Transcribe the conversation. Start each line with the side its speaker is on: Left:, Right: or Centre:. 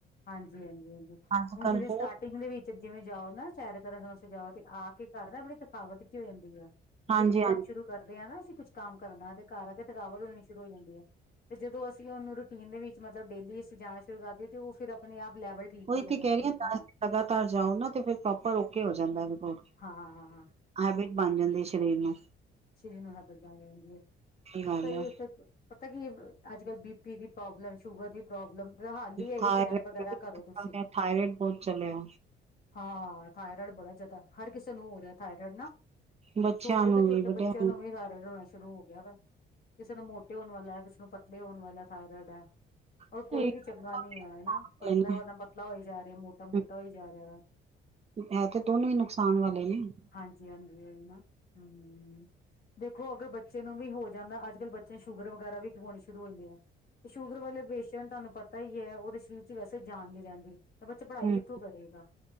Left: ਹਾਂਜੀ ਹਾਂਜੀ ਹਾਂਜੀ
Right: ਅੱਜ
Left: ਹੁਣ
Right: ਕੱਲ
Left: ਜਿਵੇਂ ਸਟਾਰਟਿੰਗ
Right: ਬਹੁਤ
Left: ਦੇ ਵਿੱਚ ਜਿਵੇਂ ਜਾਓ ਨਾ ਸੈਰ ਕਰਨ ਜਾਓ ਤੇ ਆ ਕੇ ਘਰ ਨਾ ਬੜੀ ਥਕਾਵਟ ਜੀ ਹੋ ਜਾਂਦੀ ਐ। ਤੇ
Right: ਹਾਂਜੀ
Left: ਫਿਰ ਇੱਕਦਮ
Right: ਹਾਂਜੀ ਹਮ।
Left: ਸ਼ੁਰੂ ਕਰਦੇ ਆ ਨਾ ਅਸੀਂ ਕੁੱਛ ਕੰਮ ਕਰਨਾ ਤੇ ਘਰ ਆਗੇ ਥਕਾਵਟ ਹੋਣੀ ਸ਼ੁਰੂ ਹੋ ਜਾਂਦੀ ਐ ਤੇ ਜਦੋਂ ਅਸੀਂ ਔਨੂੰ ਰੂਟੀਨ ਦੇ ਵਿੱਚ ਮਤਲਬ ਡੇਲੀ ਅਸੀਂ ਜਾਣਾ ਸ਼ੁਰੂ ਕਰਦੀਏ ਤੇ ਉਹ ਫਿਰ ਅਪਣੇ ਆਪ ਲੈਵਲ
Right: ਓਈ ਤੇ ਕੈ ਰੀ ਆ
Left: ਦਾ
Right: ਤਾਂ
Left: ਨਾ
Right: ਲਗਾਤਾਰ ਜਾਓ ਨਾ, ਤੇ ਫਿਰ ਪ੍ਰੋਪਰ ਓਕੇ ਹੋ ਜਾਂਦੈ ਰਿਪੋਟ।
Left: ਹਾਂ
Right: ਹੈਬਿਟ ਬਣ ਜਾਂਦੀ ਏ ਸਰੀਰ ਨੂੰ।
Left: ਸੇਮ ਹੈਬੀਟ ਬਾਣ ਜਾਂਦੀ ਐ, ਸਹੀ
Right: ਗੱਲ ਆ
Left: ਐ ਫਿਰ ਤੇ। ਪਤੈ ਕੀ ਏ ਅੱਜ-ਕੱਲ੍ਹ ਬੀ ਪੀ ਦੀ ਪ੍ਰੋਬਲਮ, ਸ਼ੂਗਰ ਦੀ ਪ੍ਰੋਬਲਮ ਫਿਰ ਹਾਲ ਐ
Right: ਥਾਇਰਡ
Left: ਸੈਰ ਵਗੈਰਾ ਕਰੋ ਤੁਸੀਂ।
Right: ਥਾਇਰਡ ਬਹੁਤ ਚਲਿਆ
Left: ਹਾਂ, ਥਾਇਰਡ ਬੜਾ ਜਾਦਾ ਹਰ ਕਿਸੇ ਨੂੰ ਹੋ ਰਿਐ ਥਾਇਰੋਡ ਨਾ,
Right: ਬੱਚਿਆਂ
Left: ਛੋਟੇ
Right: ਨੂੰ
Left: ਤੋਂ ਛੋਟੇ
Right: ਵੀ ਵੱਡਿਆਂ
Left: ਬੱਚ ਚੇ ਨੂੰ ਵੀ ਥਾਇਰਡ ਹੋਣਾ ਸ਼ੁਰੂ ਹੋ ਗਿਆ ਵਾ, ਕਿਸੇ ਨੂੰ ਮੋਟੇ ਹੋਣ ਵਾਲਾ ਕਿਸੇ ਨੂੰ ਪਤਲੇ ਹੋਣ ਵਾਲਾ। ਥਾਈਰੈਡ ਐ। ਔਰ
Right: ਸਹੀ
Left: ਕੋਈ ਵੀ ਚੰਗਾ
Right: ਗੱਲ
Left: ਨੀ ਹੈ ਨਾ ਪਤਲਾ ਵਾਲਾ ਪਤਲਾ ਹੋਈ ਜਾ ਰਿਹਾ ਮੋਟਾ ਮੋਟਾ
Right: ਹੈ
Left: ਹੋਈ ਜਾ ਰਿਹਾ ਵਾ।
Right: ਹੈ ਤੇ ਦੋਨੋ ਈ ਨੁਕਸਾਨ ਵਾਲੇ ਨੇ।
Left: ਹਾਂਜੀ ਹਾਂਜੀ, ਔਈ ਨਾ ਹੂੰ। ਦੇਖੋ ਅਗਰ ਬੱਚੇ ਨੂੰ ਵੀ ਹੋ ਜਾਂਦਾ, ਅੱਜ-ਕੱਲ੍ਹ ਬੱਚੇ ਨ ਸ਼ੂਗਰ ਵਗੈਰਾ ਵੀ ਹੋਣੀ ਸ਼ੁਰੂ ਹੋ ਜਾਂਦੀ ਐ। ਸ਼ੂਗਰ ਵਾਲੇ ਪੇਸ਼ੈਂਟ ਤਾਨੂੰ ਪਤਾ ਹੀ ਐ ਓਦੇ ਸਰੀਰ ਚ ਵੈਸੇ ਜਾਨ ਨੀ ਰੈੰਦੀ। ਤਾ ਬੱਚਾ ਪੜ੍ਹਾਈ
Right: ਹੂੰ,
Left: ਕਿੱਥੋਂ ਕਰੇਗਾ,